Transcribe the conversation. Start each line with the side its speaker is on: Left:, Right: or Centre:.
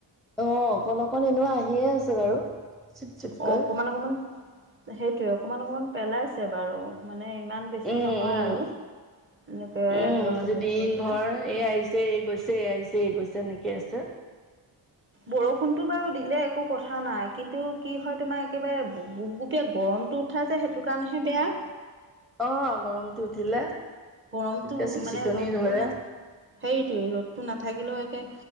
Centre: অ অকন অকন এনেয়ো আহিয়ে আছে বাৰু। চিপকৈ
Right: অ অকমান অকমান সেইটোয়ে অকমান অকমান পেলাইছে বাৰু মানে ইমান বেছি
Centre: উম
Right: নহয়
Centre: উম
Right: আৰু। এনেকে
Centre: উম
Right: ধৰক
Centre: আজি
Right: হেৰি
Centre: দিন
Right: কৰি পেলাই
Centre: ভৰ এই আহিছে এই গৈছে এই আহিছে এই গৈছে এনেকে আছে।
Right: বৰষুণটো বাৰু দিলে একো কথা নাই কিন্তু কি হয় তোমাৰ একেবাৰে গোপগুপীয়া গৰম টো উঠাই যে সেইটো কাৰণেহে বেয়া।
Centre: অ গৰমটো উঠিলে
Right: গৰমটো
Centre: তেতিয়া চিকচিকনি
Right: মানে ৰ'দটো
Centre: ধৰে
Right: নাথা সেইটোয়ে ৰ'দটো নাথাকিলেও একে